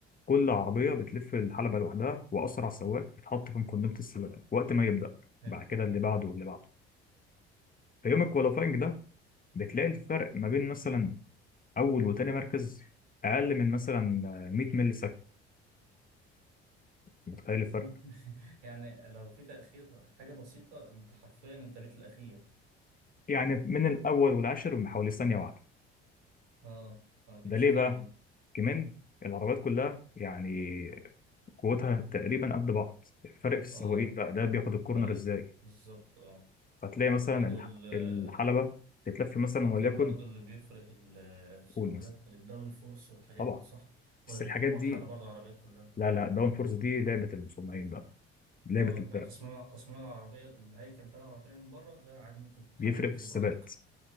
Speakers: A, on the left; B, on the right.
A: كل عربية بتلف الحلبة لوحدها وأسرع سواق بيتحط في مقدمة السباق وقت ما يبدأ
B: فهمت
A: بعد كده اللي بعده واللي بعده في يوم الكواليفاينج ده بتلاقي الفرق ما بين مثلا أول وتاني مركز أقل من مثلا 100 ملي متخيل الفرق
B: 100 <laughs> يعني لو في تأخير حاجة بسيطة انت حرفيا انت بيت الاخير
A: يعني من الاول والعاشر بحوالي ثانيه واحده
B: اه اه دي
A: ده
B: مشكلة
A: ليه بقى
B: دي
A: كمان العربيات كلها يعني قوتها تقريبا قد بعض الفرق في السواقين
B: اه
A: بقى ده بياخد
B: مم.
A: الكورنر
B: فرق
A: ازاي
B: بالظبط اه
A: فتلاقي مثلا
B: وبرضو
A: الح-
B: ال-
A: الحلبه تتلف مثلا
B: ممكن
A: وليكن
B: برضو اللي بيفرق ال- اسمه
A: قول مثلا
B: ايه ده الدبل فورس والحاجات
A: طبعا
B: دي صح
A: بس
B: ولا بتكون
A: الحاجات
B: موحدة
A: دي
B: برضو العربيات كلها
A: لا لا داون فورس دي لعبه المصنعين بقى لعبه
B: اه
A: الفرق
B: يعني تصميم تصميم العربية الهيكل بتاع العربية من بره ده عادي ممكن تتحكم
A: بيفرق في
B: فيه
A: الثبات
B: براحتك